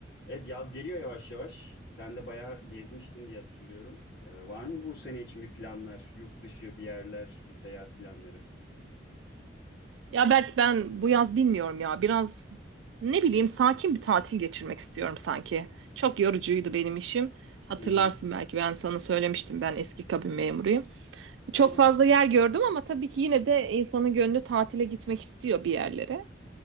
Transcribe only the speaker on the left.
Evet yaz geliyor yavaş yavaş. Sen de bayağı gezmiştin diye hatırlıyorum. Ee, var mı bu sene için bir planlar? Yurt dışı bir yerler, bir seyahat planları?
Hı hı,
aynen.